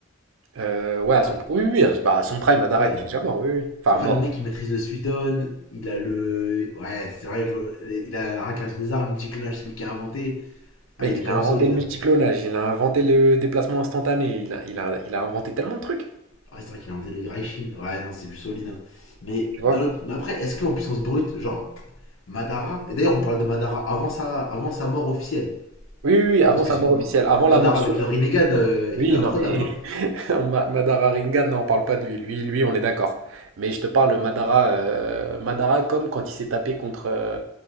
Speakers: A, on the right; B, on the left.
A: Euh, ouais, à
B: Quand-
A: son, oui, oui, oui, à, bah, à son prime, Madara
B: Ouais.
A: était déjà mort, oui, oui. Enfin,
B: Après,
A: mort.
B: le mec, il maîtrise le Suiton, il a le. Ouais, c'est vrai, je- il a la réincarnation des armes, multiclonage, c'est lui qui a inventé. Ah,
A: Mec,
B: il est
A: il
B: quand
A: a
B: même
A: inventé
B: solide,
A: le multiclonage,
B: hein.
A: il a inventé le déplacement instantané, il a, il a, il a inventé tellement de trucs,
B: Ah, Ouais, c'est vrai qu'il a inventé le Hiraishin. Ouais, non, c'est du solide, hein. Mais,
A: tu vois?
B: d'un autre- mais après, est-ce qu'en puissance brute, genre, Madara, et d'ailleurs, on parle de Madara avant sa, avant sa mort officielle.
A: Oui, oui, oui, avant
B: Parce que
A: sa mort officielle, avant
B: Madara
A: la mort sur...
B: avec le Rinnegan, euh,
A: Oui,
B: il est imprenable.
A: non, mais
B: hein,
A: <laughs> Ma- Madara Rinnegan, non, on parle pas de lui. Lui, lui, on est d'accord. Mais je te parle Madara, euh, Madara comme quand il s'est tapé contre, euh,